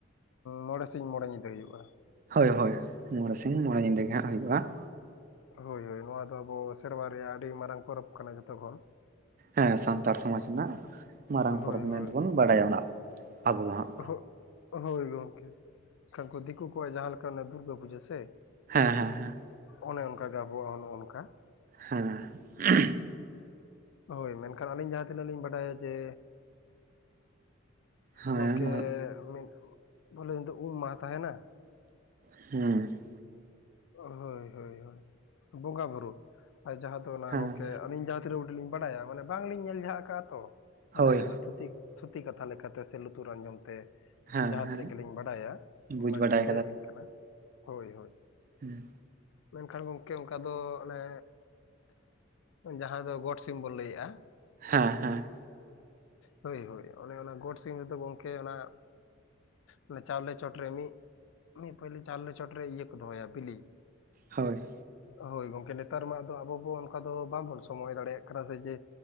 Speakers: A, on the left; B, on the right.
A: ᱢᱚᱬᱮ ᱥᱤᱧ ᱢᱚᱬᱮ ᱧᱤᱫᱟᱹ ᱦᱩᱭᱩᱜᱼᱟ ᱾
B: ᱦᱳᱭ ᱦᱳᱭ ᱢᱚᱬᱮ ᱥᱤᱧ ᱢᱚᱬᱮ ᱧᱤᱫᱟᱹ ᱜᱮ ᱦᱟᱸᱜ ᱦᱩᱭᱩᱜᱼᱟ ᱾
A: ᱦᱳᱭ ᱦᱳᱭ ᱱᱚᱣᱟ ᱫᱚ ᱟᱵᱚ ᱥᱮᱨᱣᱟ ᱨᱮᱭᱟᱜ ᱟᱹᱰᱤ ᱢᱟᱨᱟᱝ ᱯᱚᱨᱚᱵᱽ ᱠᱟᱱᱟ ᱡᱷᱚᱛᱚ ᱠᱷᱚᱱ ᱾
B: ᱦᱮᱸ, ᱥᱟᱱᱛᱟᱲ ᱥᱚᱢᱟᱡᱽ ᱨᱮᱱᱟᱜ ᱢᱟᱨᱟᱝ
A: ᱦᱳᱭ
B: ᱯᱚᱨᱚᱵᱽ
A: ᱦᱳᱭ
B: ᱢᱮᱱᱛᱮᱵᱚᱱ ᱵᱟᱰᱟᱭᱟ ᱱᱟᱜ ᱟᱵᱚ ᱫᱚ ᱦᱟᱸᱜ ᱾
A: ᱦᱳᱭ ᱦᱳᱭ ᱜᱚᱝᱠᱮ ᱠᱷᱟᱝᱠᱩ ᱫᱤᱠᱩ ᱠᱚᱣᱟ ᱡᱟᱦᱟᱸ ᱞᱮᱠᱟ ᱚᱱᱟ ᱫᱩᱨᱜᱟᱹ ᱯᱩᱡᱟᱹ ᱥᱮ
B: ᱦᱮᱸ ᱦᱮᱸ ᱦᱮᱸ ᱾
A: ᱚᱱᱮ ᱚᱱᱠᱟ ᱜᱮ ᱟᱵᱚᱣᱟᱜ ᱦᱚᱸ ᱱᱚᱜᱼᱚ ᱱᱚᱝᱠᱟ ᱾
B: ᱦᱮᱸ <unintelligible> ᱾
A: ᱦᱳᱭ, ᱢᱮᱱᱠᱷᱟᱱ ᱟᱹᱞᱤᱧ ᱡᱟᱦᱟᱸ ᱛᱤᱱᱟᱹᱜ ᱞᱤᱧ ᱵᱟᱰᱟᱭᱟ ᱡᱮ
B: ᱦᱮᱸ
A: ᱜᱚᱝᱠᱮ
B: ᱦᱮᱸ ᱢᱟ
A: ᱢᱤᱫ ᱵᱚᱞᱮ ᱫᱤᱱ ᱫᱚ ᱩᱢ ᱢᱟᱦᱟ ᱛᱟᱦᱮᱱᱟ ᱾
B: ᱦᱩᱸ ᱾
A: ᱦᱳᱭ ᱦᱳᱭ ᱦᱳᱭ, ᱵᱚᱸᱜᱟ ᱵᱩᱨᱩ ᱟᱨ ᱡᱟᱦᱟᱸ ᱫᱚ ᱚᱱᱟ
B: ᱦᱮᱸ
A: ᱜᱚᱢᱠᱮ ᱟᱹᱞᱤᱧ ᱡᱟᱦᱟᱸ- ᱛᱤ ᱨᱟᱹᱣᱰᱤ ᱞᱤᱧ ᱵᱟᱲᱟᱭᱟ ᱢᱟᱱᱮ ᱵᱟᱝᱞᱤᱧ ᱧᱮᱞ ᱡᱷᱟ ᱟᱠᱟᱜᱼᱟ ᱛᱚ ᱢᱟᱱᱮ
B: ᱦᱳᱭ
A: ᱚᱱᱟ ᱛᱷᱩᱛᱤ- ᱛᱷᱩᱛᱤ ᱠᱟᱛᱷᱟ ᱞᱮᱠᱟᱛᱮ ᱥᱮ ᱞᱩᱛᱩᱨ ᱟᱸᱡᱚᱢ ᱛᱮ ᱾
B: ᱦᱮᱸ
A: ᱡᱟᱦᱟᱸ
B: ᱦᱮᱸ
A: ᱛᱤᱱᱟᱹᱜ ᱜᱮᱞᱤᱧ ᱵᱟᱰᱟᱭᱟ
B: ᱵᱩᱡᱽ
A: ᱚᱱᱟ
B: ᱵᱟᱰᱟᱭ
A: ᱜᱮᱞᱤᱧ ᱞᱟᱹᱭᱟᱵᱤᱱ ᱠᱟᱱᱟ ᱾ ᱦᱳᱭ ᱦᱳᱭ ᱾
B: ᱦᱩᱸ ᱾
A: ᱢᱮᱱᱠᱷᱟᱱ ᱜᱚᱢᱠᱮ ᱚᱱᱠᱟ ᱫᱚ ᱚᱱᱮ ᱡᱟᱦᱟᱸ ᱫᱚ ᱜᱚᱴ ᱥᱤᱢ ᱵᱚᱱ ᱞᱟᱹᱭᱮᱜᱼᱟ ᱾
B: ᱦᱮᱸ ᱦᱮᱸ ᱾
A: ᱦᱳᱭ ᱦᱳᱭ ᱚᱱᱮ ᱚᱱᱟ ᱜᱚᱴ ᱥᱤᱢ ᱨᱮᱫᱚ ᱜᱚᱢᱠᱮ ᱚᱱᱟ ᱚᱱᱮ ᱪᱟᱣᱞᱮ ᱪᱚᱴᱨᱮ ᱢᱤᱫ ᱢᱤᱫ ᱯᱳᱭᱞᱳ ᱪᱟᱣᱞᱮ ᱪᱚᱴᱨᱮ ᱤᱭᱟᱹ ᱠᱚ ᱫᱚᱦᱚᱭᱟ ᱵᱤᱞᱤ ᱾
B: ᱦᱳᱭ ᱾
A: ᱦᱳᱭ ᱜᱚᱝᱠᱮ ᱱᱮᱛᱟᱨ ᱢᱟ ᱟᱫᱚ ᱟᱵᱚ ᱵᱚ ᱚᱱᱠᱟ ᱫᱚ ᱵᱟᱝᱵᱚᱱ ᱥᱚᱢᱚᱭ ᱫᱟᱲᱮᱭᱟᱜ ᱠᱟᱱᱟ ᱥᱮ ᱡᱮ